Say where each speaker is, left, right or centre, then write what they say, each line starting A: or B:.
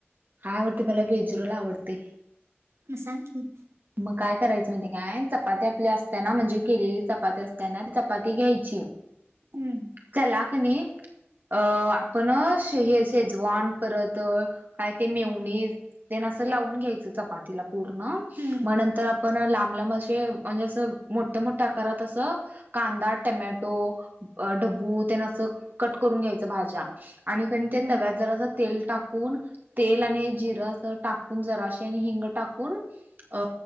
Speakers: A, on the right; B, on the right.
A: काय आवडते मला, वेज रोल आवडते.
B: मग सांग की?
A: मग काय करायचं म्हणती काय चपाती आपली असताना म्हणजे केलेली चपाती असताना चपाती घ्यायची.
B: हम्म
A: त्याला की नाही अ आपण हे शेजवान परत काय ते मेओनीज तेना असं लावून घ्यायचं चपाती तिला पूर्ण
B: हम्म
A: मग नंतर आपण लांब, लांब असे म्हणजे असं मोठ्या, मोठ्या आकारात अस कांदा, टमॅटो, अ ढबू तेन असं कट करून घ्यायचं भाज्या आणि कणी ते
B: हम्म
A: तव्यात जरासं तेल टाकून तेल आणि जिरं असं टाकून जराशी आणि हिंग टाकून अ